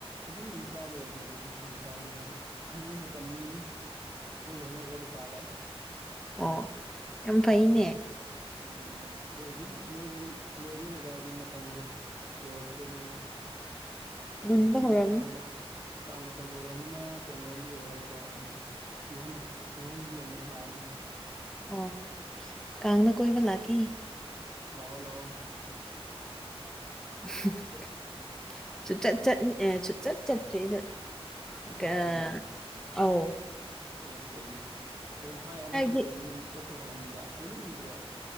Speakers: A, on the right; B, in the centre.
A: ꯑꯗꯨꯗꯤ ꯑꯗꯨꯝ ꯆꯥꯕ ꯌꯥꯏ ꯀꯩꯅꯣ ꯍꯧꯖꯤꯛꯀꯥꯟꯗꯤ ꯍꯥꯏꯗꯤ ꯍꯩꯅꯧ ꯃꯇꯝꯅꯤ ꯑꯩꯈꯣꯏꯁꯨ ꯍꯩꯅꯧ ꯈꯔꯗꯤ ꯄꯥꯜꯂꯦ
B: ꯑꯣ ꯌꯥꯝ ꯐꯩꯅꯦ
A: ꯑꯗꯨꯒ ꯎꯝ ꯑꯗꯨ ꯍꯧꯖꯤꯛ ꯂꯣꯏꯕꯨ ꯂꯣꯏꯗꯣꯏꯔꯦꯗ ꯍꯥꯏꯗꯤ ꯃꯇꯝꯗꯣ ꯂꯣꯏꯛꯇ꯭ꯔꯣꯃꯤꯅ ꯍꯧꯖꯤꯛꯇꯤ
B: ꯃꯨꯟꯕ ꯍꯧꯔꯝꯅꯤ
A: ꯀꯥꯡ ꯀꯥꯡ ꯃꯇꯝ ꯌꯧꯔꯛꯑꯃꯤꯅ ꯀꯩꯅꯣꯍꯣꯏ ꯌꯧꯔꯛꯑꯅꯤꯀꯣ ꯍꯥꯏꯗꯤ ꯀꯤꯍꯣꯝ ꯀꯤꯍꯣꯝꯒꯤ ꯑꯃꯨꯛ ꯂꯥꯛꯑꯅꯤ
B: ꯑꯣ ꯀꯥꯡꯗ ꯀꯣꯏꯕ ꯂꯥꯛꯀꯦ
A: ꯂꯑꯣ ꯂꯥꯛꯑꯣ
B: ꯍꯝ <unintelligible> ꯁꯨꯆꯠ ꯆꯠꯅꯤ ꯑꯦ ꯁꯨꯡꯆꯠ ꯆꯠꯇ꯭ꯔꯤ ꯑꯗꯨ ꯀꯥꯥꯥ
A: ꯀꯥꯡꯕꯣ
B: <unintelligible> ꯑꯧ
A: ꯑꯦ ꯀꯩꯒꯤ ꯑꯗꯨꯝ ꯁ꯭ꯋꯥꯏ ꯑꯅꯛꯄꯗ
B: ꯍꯥꯏꯕꯗꯤ
A: ꯂꯩꯕꯁꯤꯗ ꯑꯗꯨꯝ ꯆꯠꯄ ꯐꯪꯉꯝꯅꯤꯗ ꯑꯗꯨꯝ ꯎꯗ꯭ꯔꯣ